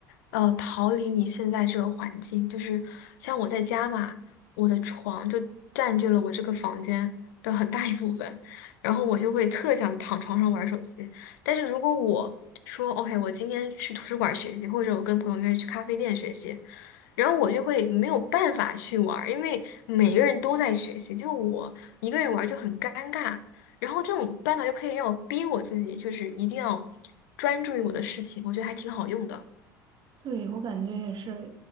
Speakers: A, on the left (about 70°); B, on the right (about 45°).
A: 呃，逃离你现在这个环境。就是像我在家嘛，我的床就占据了我这个房间的很大一部分，然后我就会特想躺床上玩手机。但是如果我说 OK，我今天去图书馆学习，或者我跟朋友约去咖啡店学习，然后我就会没有办法去玩儿因为每个人都在学习，就我一个人玩儿就很尴尬。然后这种办法就可以让我逼我自己，就是一定要专注于我的事情，我觉得还挺好用的。
B: 对，我感觉也是，